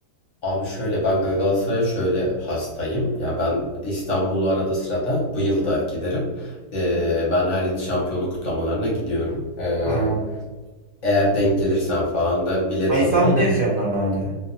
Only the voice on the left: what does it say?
Abi şöyle ben Galatasaray'a şöyle hastayım. Ya ben İstanbul'u arada sırada bu yıl da giderim. Ee, ben her yıl şampiyonluk kutlamalarına gidiyorum. Ee,
eğer
denk gelirsen falan da bilet
alırım.